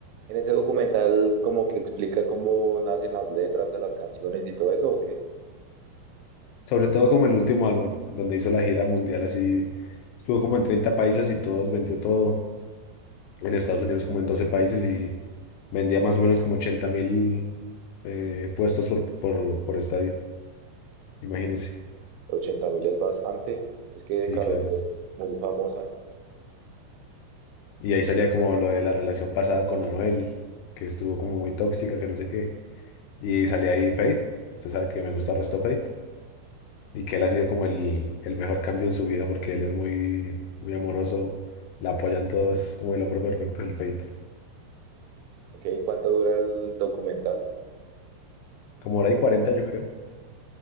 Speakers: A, on the right; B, on the left.
A: En ese documental como que explica cómo nacen las letras de las canciones y todo eso, ¿o qué?
B: Sobre todo como el último álbum, donde hizo la gira mundial así, estuvo como en 30 países y todos, vendió todo. en Estados Unidos como en doce países y vendía más o menos como ochenta mil eh, puestos por, por, por estadio. Imagínense.
A: ochenta mil es bastante. Es que
B: Sí,
A: Karol
B: claro.
A: G
B: es-
A: es muy famosa.
B: Y ahí salía como lo de la relación pasada con Anuel, que estuvo como muy tóxica, que no sé qué. Y salía ahí Fate. Usted sabe que me gusta el resto Fate. Y que él ha sido como el, el mejor cambio en su vida porque él es muy, muy amoroso. La apoyan todos, es como el hombre perfecto del Fate.
A: Ok, ¿cuánto dura el documental?
B: Como hora y cuarenta yo creo.